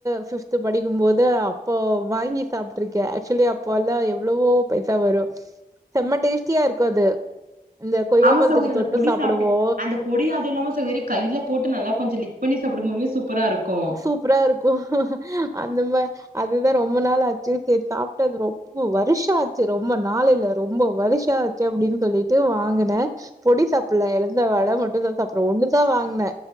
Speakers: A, on the right (about 20°); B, on the right (about 70°).
A: ஃபிஃப்த் படிக்கும் போது அப்போ வாங்கி சாப்ட்டுருக்கே ஆக்சுலி அப் போல எவ்வளவோ பைசா வரு செம்ம டேஸ்ட்டியா இருக்கு அது இந்த கொய்யாப்பழத்துக்கு
B: ஆமா சகோதரி அந்த
A: தொட்டு
B: பொடி
A: சாப்டுவோ
B: சாப்ட்டு அந்த பொடி அது இல்லாம சொ வெறி கையில் போட்டு நல்லா கொஞ்சோ லிக் பண்ணி சாப்டமோமே சூப்பரா இருக்கு
A: சூப்பரா இருக்கு அந்த மா அதுதா ரொம்ப நாள் ஆச்சு செரி சாப்ட்டு வந்துருவோ ஒ வருஷோ ஆச்சு ரொம்போ நாள் இல்ல ரொம்போ வருஷோ ஆச்சு அப்டின்னு சொல்லிட்டு வாங்குனே பொடி சாப்புட்ல எலுந்த வட மட்டு தா சாப்புடுவே ஒன்னு தா வாங்குனே